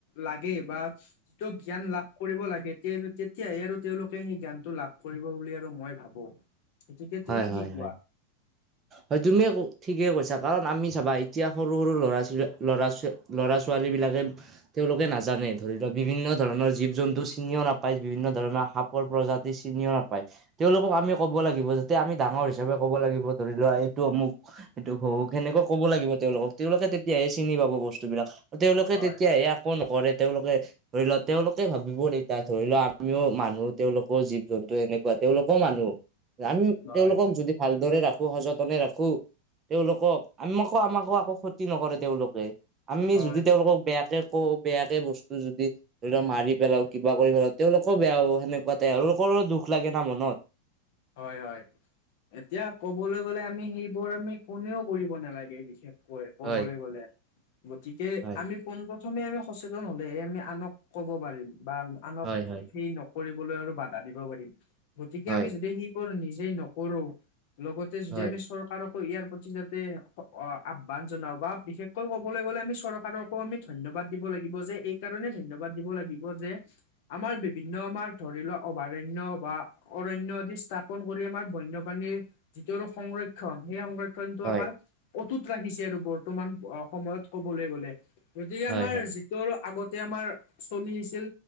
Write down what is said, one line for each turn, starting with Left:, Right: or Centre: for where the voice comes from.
Left: লাগে বা যিটো জ্ঞান লাভ, কৰিব লাগে তেতিয়াই আৰু তেওঁলোকে সেই জ্ঞানটো লাভ কৰিব বুলি আৰু মই ভাবো। গতিকে
Right: হয়
Left: তুমি কি
Right: হয়
Left: কোৱা
Right: হয়। হয় তুমিয় ঠিকেই কৰিছা কাৰণ আমি চাবা এতিয়া সৰু সৰু ল'ৰা ছোৱী ল'ৰা ছোৱালী, ল'ৰা ছোৱালীবিলাকে। তেওঁলোকে নাজানে ধৰি লওক বিভিন্ন ধৰণৰ জীৱ জন্তু চিনিও নাপায় বিভিন্ন ধৰণৰ সাপ, প্ৰজাতি চিনিও নাপায় তেওঁলোকক আমি ক'ব লাগিব যে। এতিয়া আমি ডাঙৰ হিচাপে ক'ব লাগিব ধৰি লোৱা এইটো অমোক সেইটো সৰু সেনেকুৱা ক'ব লাগিব তেওঁলোক তেওঁলোকে তেতিয়াহে চিনি পাব বস্তুবলাক। তেওঁলোকে
Left: হয়
Right: তেতিয়াহে একো নকৰে তেওঁলোকে ধৰি লোৱা তেওঁলোকে ভাবিব এতিয়া ধৰি লোৱা আমিও মানুহ তেওঁলোকৰ জীৱ জন্তু এনেকুৱা তেওঁলোকও মানুহ আমি
Left: হয়
Right: তেওঁলোকক যদি ভালদৰে ৰাখো সযতনে ৰাখো তেওঁলোকক আমাকো আমাকো আকো ক্ষতি নকৰে তেওঁলোকে আমি
Left: হয়
Right: যদি তেওঁলোকক বেয়াকে কৌ বেয়াকে বস্তু যদি ধৰি লোৱা মাৰি পেলাও কিবা কৰি পেলাও তেওঁলোকৰ বেয়া হ সেনেকুৱাতে তেওঁলোকৰো দুখ লাগে না মনত
Left: হয় হয় এতিয়া কবলৈ গ'লে আমি সেইবোৰ আমি কোনেও কৰিব নালাগে বিশেষ কৈ কবলৈ
Right: হয়
Left: গ'লে গতিকে
Right: হয়
Left: আমি পোন প্ৰথমে আমি সচেতন হ'লে হে আমি আনক ক'ব পাৰিম বা আনক
Right: হয় হয়
Left: সেই নক কৰিবলৈ আৰু বাধা দিব পাৰিম গতিকে
Right: হয়
Left: আমি যদি সেই বোৰ নিজেই নকৰো লগত যদি
Right: হয়
Left: আমি চৰ চৰকাৰকো ইয়াৰ প্ৰতি যাতে আহ্বান জনাও বা বিশেষকৈ ক'বলৈ গ'লে আমি চৰকাৰকো আমি ধন্যবাদ দিব লাগিব যে এই কাৰণে ধন্যবাদ দিব লাগিব যে আমাৰ বিভিন্ন আমাৰ ধৰি লোৱা অভয়াৰণ্য বা অৰণ্য যি স্থাপন কৰি আমাৰ বন্যপ্ৰাণীৰ যিটো সংৰক্ষণ সেই সংৰক্ষণটো
Right: হয়
Left: আমাৰ অটুত ৰাখিছে আৰু বৰ্তমান সময়ত কবলৈ গলে গতিকে
Right: হয়
Left: আমাৰ
Right: হয়
Left: ত আৰু আগতে আমাৰ চলি আহিছিল